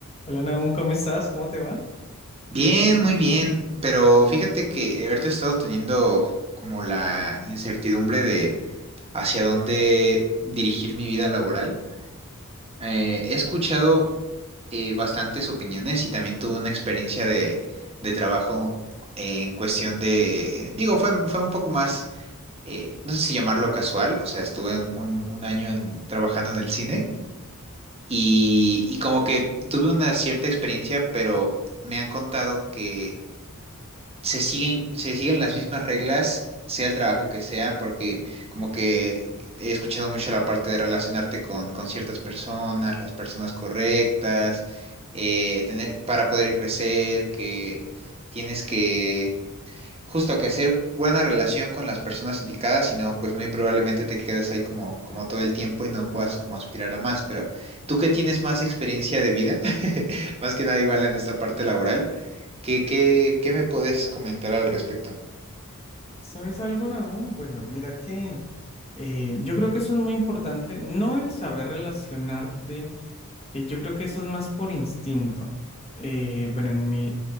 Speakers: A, on the left (about 25°); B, on the right (about 25°).
A: Hola Nahum, ¿cómo estás? ¿Cómo te va?
B: Bien, muy bien, pero fíjate que ahorita he estado teniendo como la incertidumbre de hacia dónde dirigir mi vida laboral. Eh, he escuchado eh, bastantes opiniones y también tuve una experiencia de, de trabajo en cuestión de, digo, fue, fue un poco más, eh, no sé si llamarlo casual, o sea, estuve en un, un año en, trabajando en el cine y, y como que tuve una cierta experiencia, pero me han contado que se siguen, se siguen las mismas reglas, sea el trabajo que sea, porque como que he escuchado mucho la parte de relacionarte con, con ciertas personas, las personas correctas, eh, tener, para poder crecer, que tienes que Justo que hacer buena relación con las personas indicadas, si no, pues muy probablemente te quedes ahí como, como todo el tiempo y no puedas como aspirar a más. Pero tú que tienes más experiencia de vida, <laughs> más que nada igual en esta parte laboral, ¿qué, qué, qué me puedes comentar al respecto?
A: ¿Sabes algo, Nahum? Bueno, mira que eh, yo creo que eso es muy importante, no el saber relacionarte, eh, yo creo que eso es más por instinto. Eh, bueno, en mi,